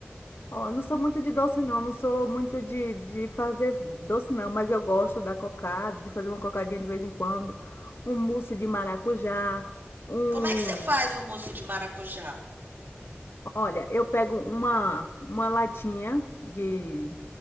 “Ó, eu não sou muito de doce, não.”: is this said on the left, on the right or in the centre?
Left